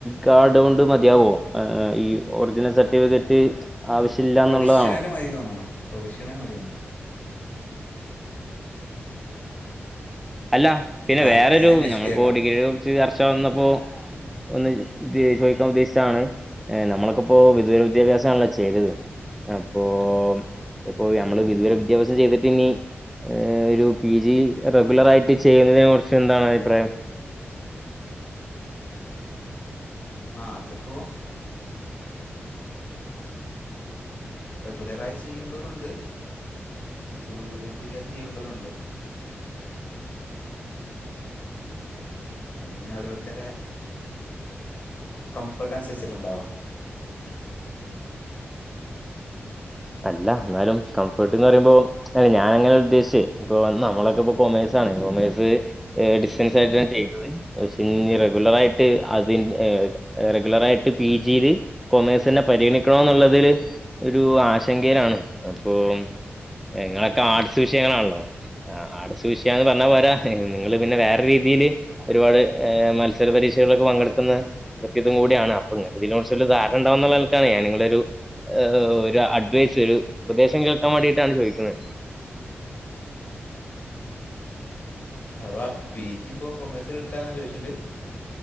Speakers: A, in the centre; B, on the left.
A: കാർഡോണ്ട് മതിയാവോ ആഹ് ആഹ് ഈ ഒറിജിനൽ സർട്ടിഫിക്കറ്റ്? ആവശ്യമില്ല
B: പ്രൊവിഷണല്
A: എന്നുള്ളതാണോ
B: മതീന്ന് തോന്നണ് പ്രൊവിഷണല് മതീന്നൊ
A: അല്ല പിന്നെ
B: ആ
A: വേറൊരു
B: അത് ഞാൻ അന്വേഷിച്ചിട്ട്
A: നമ്മളിപ്പോ
B: കേട്ടോ
A: ഡിഗ്രിടെ ഒ ച്ച് ചർച്ച വന്നപ്പോ ഒന്ന് ചോദിക്കാൻ ഉദ്ദേശിച്ചണ് ഏഹ് നമ്മളൊക്കിപ്പോ വിദൂര വിദ്യാഭ്യാസമാണല്ലോ ചെയ്തത്. അപ്പോ ഇപ്പൊ ഞമ്മള് വിദൂരവിദ്യാഭ്യാസം ചെയ്തിട്ടിനി മ്മ് ഒരു പി ജി റെഗുലറായിട്ട് ചെയ്യുന്നതിനെ കുറിച്ച് എന്താണ് അഭിപ്രായം?
B: ആഹ് അതിപ്പോ റെഗുലറായി ചെയ്യുണ്ടോരുണ്ട് വിദൂര വിദ്യാഭ്യാസം ചെയ്യുണ്ടോരുവൊണ്ട് അത് പിന്ന ഓരോരുത്തരെ കംഫർട്ട് അനുസരിച്ചല്ലേ ണ്ടാവാ
A: അല്ല ന്നാലും കംഫർട്ട്ന്ന് പറയുമ്പോ അല്ല ഞാനങ്ങനല്ല ഉദ്ദേശിച്ചേ ഇപ്പൊ നമ്മളൊക്കപ്പ കൊമേഴ്സാണെ കോമേഴ്സ് ഏഹ് ഡിസ്റ്റൻസാർയിട്ടാണ് ചെയ്തതെ പക്ഷേ റെഗുലറായിട്ട് അതി ഏഹ് റെഗുലറായിട്ട് പി ജീല് കൊമേഴ്സിനെ പരിഗണിക്കണോന്നുള്ളതില് ഒരു ആശങ്കയിലാണ് അപ്പം എ ങ്ങളൊക്ക ആർട്സ് വിഷയങ്ങളാണല്ലോ ആഹ് ആർട്സ് വിഷയാന്ന് പറഞ്ഞാ പോരാ നിങ്ങള് പിന്നെ വേറെരുരീതീല് ഒരുപാട് ഏഹ് മത്സര പരീക്ഷകളിലൊക്കെ പങ്കെടുക്കുന്ന ഇതും കൂടിയാണ് അപ്പ നിങ്ങക്ക് ഇതിനെ കുറിച്ചൊരു ധാരണ ഇണ്ടാവെന്നുള്ള നിൽക്കാണ് ഞാൻ നിങ്ങളെയൊരു ഏഹ് ഒരു അഡ് അഡ്വൈസ് ഒരു ഉപദേശം കേൾക്കാൻ വേണ്ടീട്ടാണ് ചോയിക്കുന്നെ
B: അഥവാ പി ജി ഇപ്പോ കൊമേഴ്സ് എടുക്കാന്നൊരു വിഷയുണ്ട്